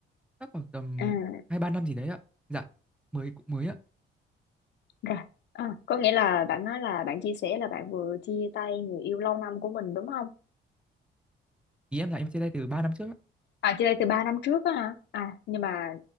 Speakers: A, in the centre; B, on the left.
A: chắc khoảng tầm
B: À.
A: hai ba năm gì đấy ạ. Dạ, mới cũng mới ạ.
B: Rồi, à, có nghĩa là bạn nói là bạn chia sẻ là bạn vừa chia tay người yêu lâu năm của mình đúng không?
A: Ý em là em chia tay từ ba năm trước á.
B: À, chia tay từ 3 năm trước á hả? À, nhưng mà